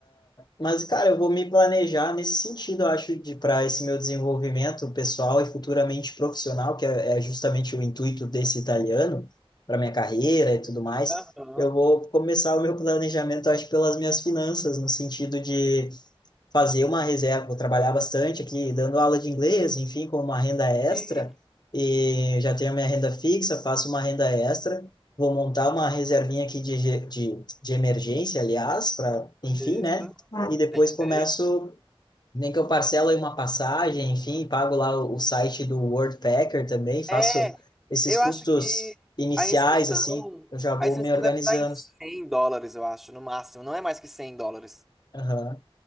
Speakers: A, on the left; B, in the centre.
A: Mas, cara, eu vou me planejar nesse sentido, eu acho, de para esse meu desenvolvimento pessoal e futuramente profissional, que é, é justamente o intuito desse italiano, para minha carreira e tudo mais.
B: aham,
A: Eu vou começar o meu planejamento, acho, pelas minhas finanças, no sentido de fazer uma reserva, vou trabalhar bastante aqui, dando aula de inglês, enfim, com uma renda extra,
B: Sim.
A: e já tenho minha renda fixa, faço uma renda extra, vou montar uma reservinha aqui de, de, de emergência, aliás, para, enfim,
B: isso,
A: né? E depois começo,
B: é.
A: nem que eu parcelo aí uma passagem, enfim, pago lá o, o site do Worldpacker também, faço
B: É,
A: esses
B: eu
A: custos
B: acho que
A: iniciais,
B: a inscrição,
A: assim, eu já vou
B: a inscrição
A: me organizando.
B: deve estar em 100 dólares, eu acho, no máximo. Não é mais que 100 dólares.
A: Aham.